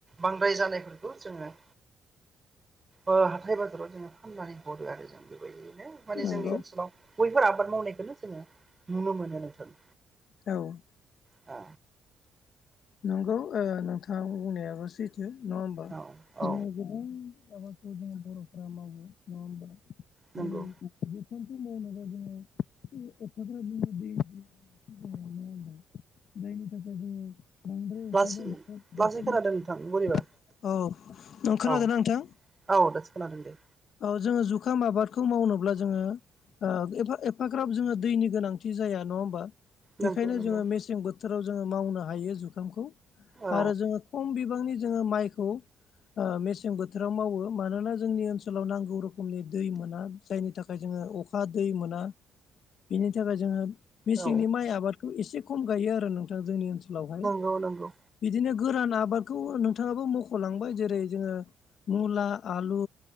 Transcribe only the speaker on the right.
बांद्राय जानायफोरखौ जोंङो ओ हाथाय बाजाराव जोंङो फाननानै हरदो आरो जों बे ओरैनो माने
जोंनि ओनसोलाव बैफोर आबाद मावनायखौनो जोंङो नुनो मोनो नोंथां।
अ
औ औ
नंगौ
लासै लासै खोनादों नोंथां बोरैबा
औ
औ दसखोन दों दे।
नंगौ
नंगौ
औ
औ
औ नांगौ।